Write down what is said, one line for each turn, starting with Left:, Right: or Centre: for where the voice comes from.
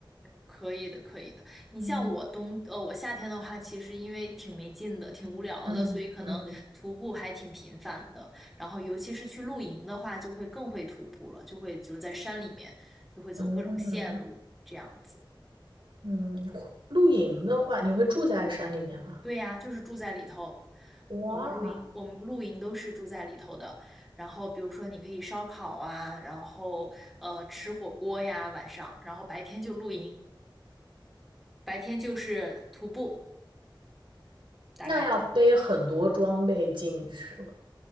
Centre: 可以的，可以的。你像我冬，
Right: 嗯
Centre: 呃，我夏天的话，其实因为挺没劲的，挺无聊的，
Right: 嗯嗯
Centre: 所以可能徒步还挺频繁的。然后，尤其是去露营的话，就会更会徒步了，就会就是在山里面，就会走各种线路这样子。
Right: 嗯嗯，露营的话，你会住在山里面吗？
Centre: 对呀，就是住在里头。
Right: 哇，
Centre: 我们露营，我们露营都是住在里头的。然后，比如说你可以烧烤啊，然后呃吃火锅呀，晚上，然后白天就露营，白天就是徒步，大概。
Right: 那要背很多装备进去了